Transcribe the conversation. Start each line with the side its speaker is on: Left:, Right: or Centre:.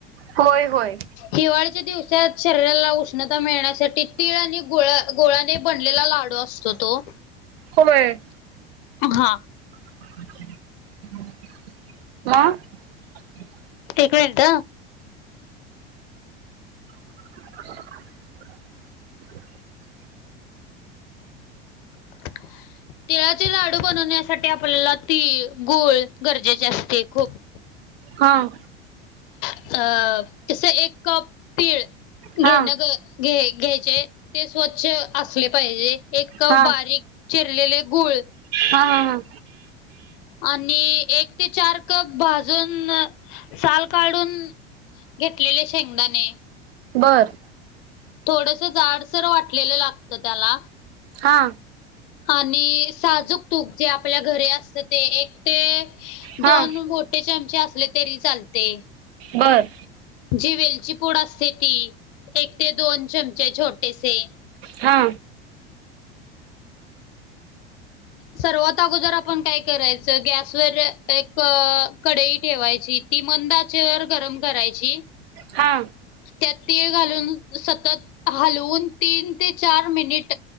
Right: होय होय
Left: हिवाळीच्या दिवसात शरीराला उष्णता मिळण्यासाठी तीळ आणि गुळा गोळ्याने बनलेला लाडू असतो तो
Right: समय
Left: हा.
Right: <unintelligible>
Left: एक मिनिट.
Right: खा पण नाही का तुम्हाला काय?
Left: नबी काय अवजारा वगैरे झोपतो आहेत. तिळाचे लाडू बनवण्यासाठी आपल्याला तीळ गोळ गरजेचे असते खूप
Right: हा हा
Left: अ तस एक कप पीळ
Right: हा
Left: घेण घ घ्यायचे ते स्वच्छ असले पाहिजे एक कप
Right: हा
Left: बारीक चिरलेले गुळ
Right: हा हा हा.
Left: आणि एक ते चार कप भाजून साल काढून घेतलेले शेंगदाणे
Right: बर
Left: थोडस झाड. वाटलं लागत त्याला
Right: हा.
Left: आणि साजूक तूक जे आपल्या घरी असत ते एक ते
Right: हा
Left: दोन मोठे चमचे असले तरी चालते.
Right: बर
Left: जि वलची पूड असते ती एक ते दोन चमचे छोट. पसे
Right: हा.
Left: सर्वात अगोदर आपण काय करायचं. गॅसवर एक कडई ठेवायची ती मंदाच्यावर गरम करायची.
Right: हा
Left: त्यात तीळ घालून सतत हलवून तीन ते चार मिनिट